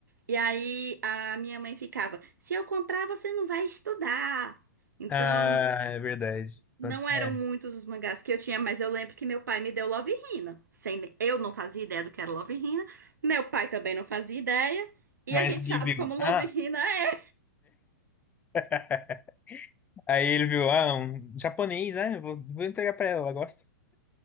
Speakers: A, on the right; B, on the left.
A: E aí a minha mãe ficava: se eu comprar, você não vai estudar. Então,
B: Ah, é verdade.
A: não
B: Tanto
A: eram
B: é.
A: muitos os mangás que eu tinha, mas eu lembro que meu pai me deu Love Hina. Sem, eu não fazia ideia do que era Love Hina, meu pai também não fazia ideia, e
B: Mas
A: a gente
B: ele
A: sabe
B: viu.
A: como Love
B: Ah,
A: Hina é,
B: <laughs> aí ele viu, ah, um japonês, né? Vou, vou entregar pra ela, ela gosta.